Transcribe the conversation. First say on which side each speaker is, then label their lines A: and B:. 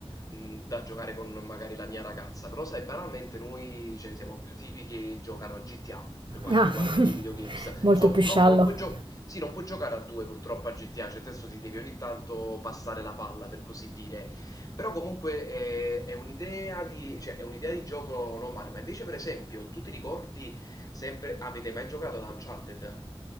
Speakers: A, on the left; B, on the right.
A: eh, mh, da giocare con magari la mia ragazza, però sai, banalmente noi cioè, siamo più tipi che giocano a GTA per quanto
B: ah,
A: riguarda dei videogames.
B: <laughs> molto
A: Lo so,
B: più
A: purtroppo
B: sciallo.
A: non puoi giocare... Sì, non puoi giocare a due purtroppo a GTA, cioè adesso ti devi ogni tanto passare la palla, per così dire. Però comunque eh, è un'idea di, cioè, è un'idea di gioco normale, ma invece per esempio, tu ti ricordi sempre, avete mai giocato ad Uncharted?